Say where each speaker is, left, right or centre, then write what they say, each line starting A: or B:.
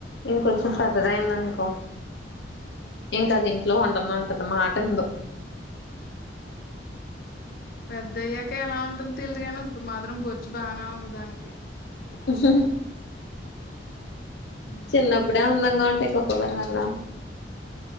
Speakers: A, on the left; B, on the left.
A: ఇంకొంచెం పెద్దదయ్యిందనుకో ఇంకా అది
B: హ్మ్.
A: ఇంట్లో ఉండను అంటది మాట టీందు
B: పెద్దయ్యాక ఎలా ఉంటుంది తెలిదుగాని ఇప్పుడు మాత్రం బొచ్చు బాగానే ఉంది దానికి
A: హహహ
B: హ్మ్.
A: చిన్నప్పుడే అందంగా ఒంటికి ఒక వెళ్ళన్నా